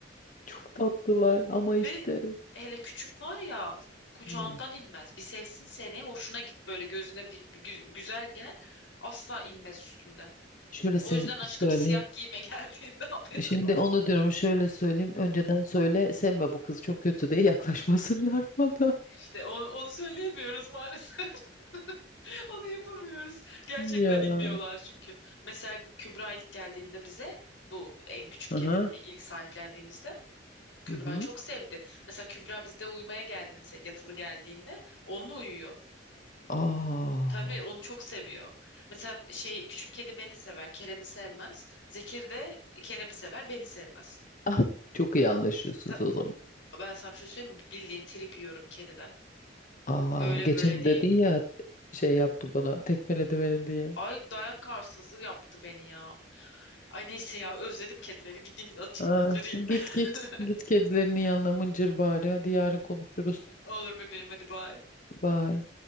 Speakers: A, on the left (about 45°); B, on the left (about 90°).
A: çok tatlılar ama işte
B: Ve hele küçük var ya kucağından
A: hmm,
B: inmez. Bir sevsin seni, hoşuna git böyle gözüne bir, bir gü- güzel gel. Asla inmez üstünden.
A: şöyle
B: O
A: sev-
B: yüzden aşkım
A: söyleyeyim.
B: siyah giyime <laughs> geldiğinde haberin
A: Şimdi
B: olsun.
A: onu diyorum şöyle söyleyeyim. Önceden söyle sevme bu kız çok kötü diye <laughs> yaklaşmasınlar bana.
B: İşte onu, onu söyleyemiyoruz maalesef. <laughs> Onu yapamıyoruz. Gerçekten
A: Ya.
B: inmiyorlar çünkü. Mesela Kübra ilk geldiğinde bize bu en küçük
A: Aha.
B: kedimi ilk sahiplendiğimizde Kübra'yı
A: Hı hı.
B: çok sevdi. Mesela Kübra bizde uyumaya geldiğinde mesela yatılı geldiğinde onunla uyuyor.
A: Aa.
B: Tabii onu çok seviyor. Mesela şey küçük kedi beni sever, Kerem'i sevmez. Zekir de Kerem'i sever, beni sevmez.
A: Ah, çok iyi anlaşıyorsunuz
B: Ta-
A: o zaman.
B: ben sana bir şey söyleyeyim mi? Bildiğin trip yiyorum kediden.
A: Aa,
B: Öyle
A: geçen
B: böyle değil.
A: dedin ya şey yaptı bana tekmeledi beni diye.
B: Ay dayak arsızı yaptı beni ya. Ay neyse ya özledim kedileri. Gideyim de azıcık
A: Aa,
B: mıncırayım.
A: git git
B: <laughs>
A: git kedilerinin yanına mıncır bari. Hadi yarın konuşuruz.
B: Olur bebeğim hadi bay.
A: Bye.